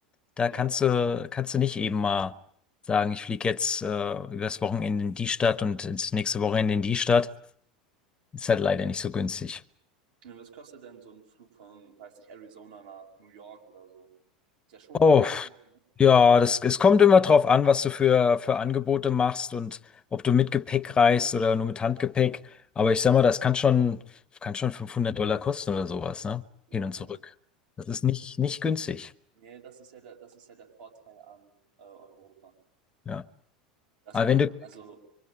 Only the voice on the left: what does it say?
Da
kannst du, kannst du nicht eben mal sagen, ich fliege jetzt äh, übers Wochenende in die Stadt und ins nächste Wochenende in die Stadt. Ist halt leider nicht so günstig.
Oh,
ja, das, es kommt immer drauf an, was du für, für Angebote machst und ob du mit Gepäck reist oder nur mit Handgepäck. Aber ich sag mal, das kann schon, kann schon 500 Dollar kosten oder sowas, ne?
Hin und zurück. Das ist nicht, nicht günstig.
Ja.
Aber
wenn du,